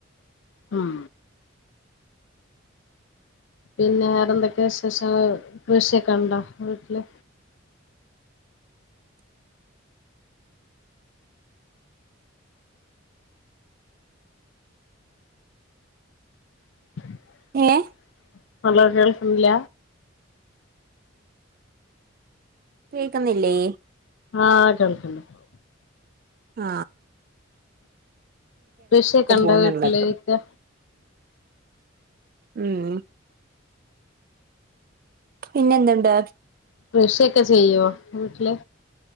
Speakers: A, on the left; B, on the right.
A: ഉം പിന്നെ വേറെന്തൊ വിശേഷങ്ങൾ വിശേ കണ്ടം വീട്ടിലെ <unintelligible>
B: ഏ
A: കേൾക്കൂല
B: കേൾക്കുന്നില്ലേ?
A: ആ കേൾക്കുണ്ടിപ്പം.
B: ആ
A: കൃഷിയെക്കെയുണ്ടോ
B: പോകുന്നുണ്ട്
A: വീട്ടിലെക്കെ?
B: ഉം പിന്നെഎന്തുണ്ട്?
A: കൃഷിയൊക്കെ ചെയ്യുവോ വീട്ടില്?